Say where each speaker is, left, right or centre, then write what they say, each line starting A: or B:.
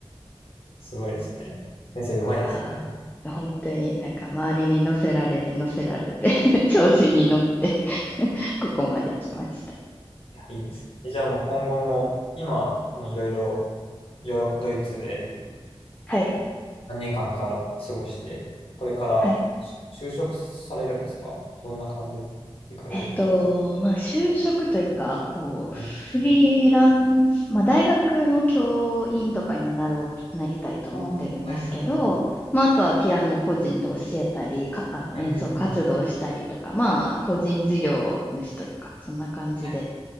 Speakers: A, on the left; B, on the left.
A: すごいですね。先生、うまいですね。
B: いやー、本当になんか周りに乗せられて乗せられて <laughs> 調子に乗って <laughs> ここまで来ました。
A: いや、いいです。え、じゃあもう今後も、今、もういろいろ、よろ、ドイツで、
B: はい。
A: 何年間か過ごして、これからし就職されるんですかどんな感じで行かれるんですか
B: はいえっと、まあ、就職というか、こう、
A: え
B: フリーランス、まあ、大学の教員とかにもなろうと、なりたいと思ってるんですけど、
A: ああ、はいはいはいはい
B: まあ、あとはピアノを個人で教えたり、か、あの、
A: うんうんうん
B: 演奏活動したりとか、まあ、個人事業主というか、そんな感じで
A: はい。